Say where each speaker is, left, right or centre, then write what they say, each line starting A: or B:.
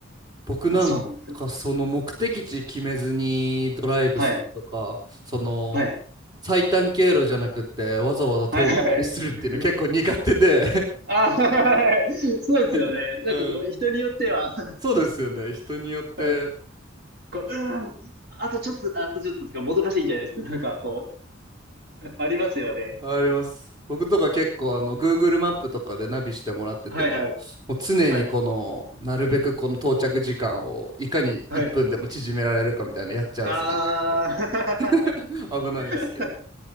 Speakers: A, on the right; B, on the right.
A: 僕なんかその目的地決めずにドライブするとか、
B: あ、そうなんですよ。はい。
A: その
B: はい。
A: 最短経路じゃなくってわざわざ遠回りするっていうの結構苦手で
B: はい。はい。<laughs> あ、はい。そうですよね。
A: <laughs>
B: なんかこう人によっては
A: うん。そうですよね。人によって
B: はい <laughs> こう、うーん、あとちょっと、あとちょっととかもどかしいんじゃないですか。なんかこう、ありますよね。
A: あります。僕とか結構あの Google マップとかでナビしてもらってても、
B: はいはい。
A: もう常にこのなるべくこの到着時間をいかに1分でも縮められるかみたいなのやっちゃうっすね、
B: はい。はい。ああ
A: 結構。<laughs>
B: <laughs>
A: 危ないんですけど。
B: 確か